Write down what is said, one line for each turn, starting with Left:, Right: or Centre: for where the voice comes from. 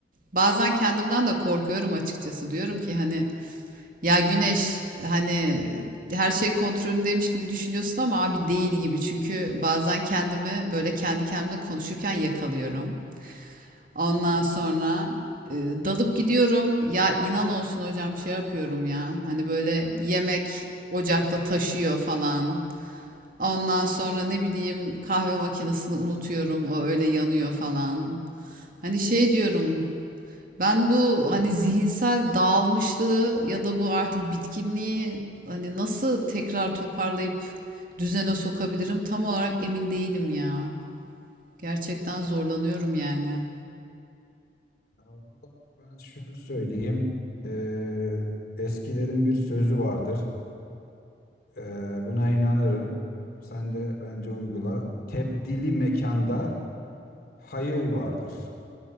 Right: Bazen kendimden de korkuyorum açıkçası. Diyorum ki hani ya Güneş hani her şey kontrolündeymiş gibi düşünüyorsun ama abi değil gibi. Çünkü bazen kendimi böyle kendi kendimle konuşurken yakalıyorum. Ondan sonra e, dalıp gidiyorum. Ya inan olsun hocam şey yapıyorum ya. Hani böyle yemek ocakta taşıyor falan. Ondan sonra ne bileyim kahve makinesini unutuyorum. O öyle yanıyor falan. Hani şey diyorum. Ben bu hani zihinsel dağılmışlığı ya da bu artık bitkinliği hani nasıl tekrar toparlayıp düzene sokabilirim tam olarak emin değilim ya. Gerçekten zorlanıyorum yani.
Left: Ya vallahi ben şunu söyleyeyim. Eee, eskilerin bir sözü vardır. Eee, buna inanırım. Sen de bence uygula. Tebdili mekanda hayır vardır.